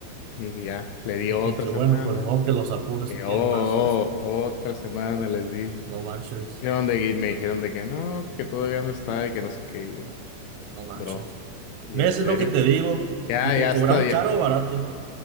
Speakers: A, on the left; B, on the right.
A: Y ya, le di
B: Dijiste,
A: otra semana.
B: bueno, pues de modo que los apures
A: Y,
B: si tienes
A: oh, oh,
B: más.
A: oh, otra semana les di.
B: No manches,
A: Dijeron de, y me dijeron de que no, que todavía no está y que no sé qué. y Yo,
B: no manches.
A: bro, yo
B: ¿Ves
A: en serio.
B: Es lo que te digo?
A: Ya,
B: Y te
A: ya
B: cobraron
A: está, ya.
B: caro o barato.